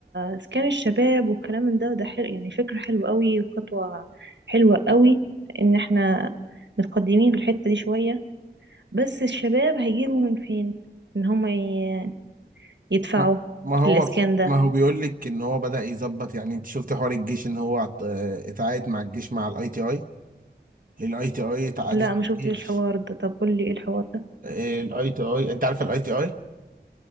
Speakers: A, on the right; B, on the right.
A: إسكان الشباب والكلام من ده ده حلو يعني فكرة حلوة قوي وخطوة حلوة قوي إن احنا متقدمين في الحتة دي شوية بس الشباب هيجيبوا من فين إن هم ي- يدفعوا
B: ما ما هو
A: للإسكان ده
B: ما هو بيقول لك ان هو بدأ يظبط يعني انت شفت حوار الجيش ان هو عط- آه، اتعاقد مع الجيش مع الاي تي اي الاي تي اي اتعاقدت
A: لا
B: مع
A: ما شفتش
B: الجيش
A: الحوار ده طب قولي إيه الحوار ده
B: الاي تي اي انت عارف الاي تي اي